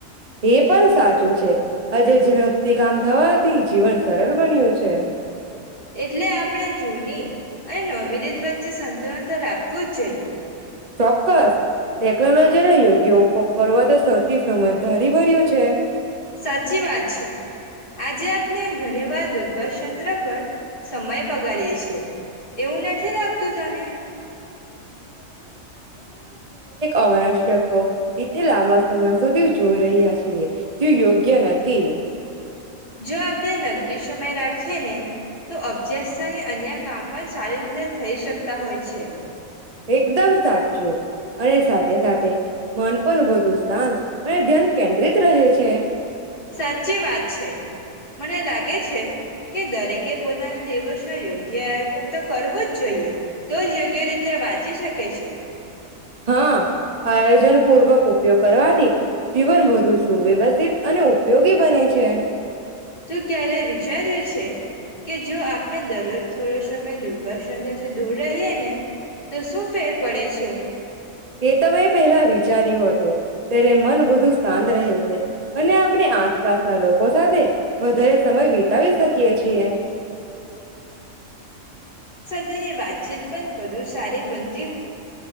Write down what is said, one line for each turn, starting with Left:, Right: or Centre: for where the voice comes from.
Right: એ પણ સાચું છે હજે ઝડપથી કામ થવાથી જીવન સરળ બન્યું છે.
Left: એટલે આપણે જૂની અને નવીરીત વચ્ચે સંતુલન તો રાખવું જ જોઈએ.
Right: ચોક્કસ ટેકનોલોજીનો યોગ્ય ઉપયોગ કરવા તો સૌથી સમજદારી ભર્યું છે. છે.
Left: સાચી વાત છે આજે આપ. ઘણી વાર દુર્ભંત્ર પર સમય બગાડીએે છે એવું નથી લાગતું તને.
Right: અમાનસ્યકો. એતે લાબા સમય. સુધી જોઈ રહ્યા છીએ. જો યોગ્ય નથી.
Left: જો આપણે નક્કી શમય રાખીએ ને તો અભ્યાસરે અન્ય કામ પણ સારી રીતે થઈ શકતા હોય છે.
Right: એકદમ સાચું અને સાથે સાથે મન પણ વધુ શાંત અને ધ્યાન કેન્દ્રિત રહે. છે.
Left: સાચી વાત છે. મને લાગે છે. કે દરેકે પોતાના દિવશો યોગ્ય આયોજન તો કરવું જ જોઈએ તો જ યોગ્ય રીતે વા ચી શકે છે.
Right: હા આયોજન પૂર્વક ઉપયોગ કરવાથી જીવન વધુ સુવ્યવસ્થિત અને ઉપયોગી બને છે.
Left: તું ક્યારે વિચાર્યું છે કે જો આપણે દરરોજ થોડો સમય દુર્ભાષ યંત્રથી દૂર રહીએ ને તો શું ફેર પડે છે?
Right: તેતો મેં પહેલા વિચાર્યું હતું ત્યારે મન વધુ શાંત રહે છે અને આપણે આસપાસના લોકો સાથે વધારે સમય વિતાવી શકીએ છીએ. <inaudible>
Left: તેની વાતચીત પણ વધુ સારી બન